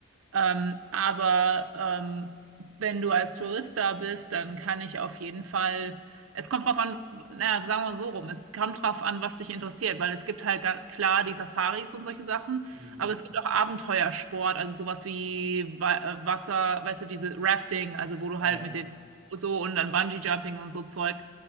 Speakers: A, on the right (about 70°); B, in the centre.
A: Ähm, aber ähm, wenn du als Tourist da bist, dann kann ich auf jeden Fall. Es kommt drauf an, naja, sagen wir so rum, es kommt drauf an, was dich interessiert, weil es gibt halt ga- klar die Safaris und solche Sachen,
B: Mhm.
A: aber es gibt auch Abenteuersport, also sowas wie Wa- äh, Wasser, weißt du, diese Rafting, also wo du
B: Ah
A: halt
B: ja,
A: mit den so und dann Bungee-Jumping und so Zeug.